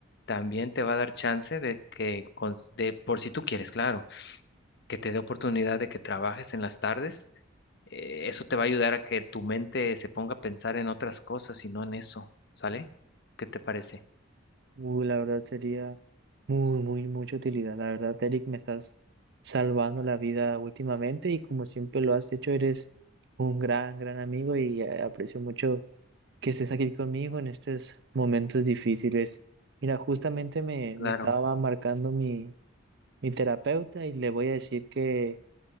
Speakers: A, on the left; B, on the right.
A: también te va a dar chance de que, cons- de, por si tú quieres, claro, que te dé oportunidad de que trabajes en las tardes. Eh, eso te va a ayudar a que tu mente se ponga a pensar en otras cosas y no en eso, ¿sale? ¿Qué te parece?
B: Uh, la verdad sería muy, muy, mucha utilidad. La verdad, Eric, me estás salvando la vida últimamente y como siempre lo has hecho, eres un gran, gran amigo y eh, aprecio mucho que estés aquí conmigo en estos momentos difíciles. Mira, justamente me,
A: Claro.
B: me estaba marcando mi, mi terapeuta y le voy a decir que,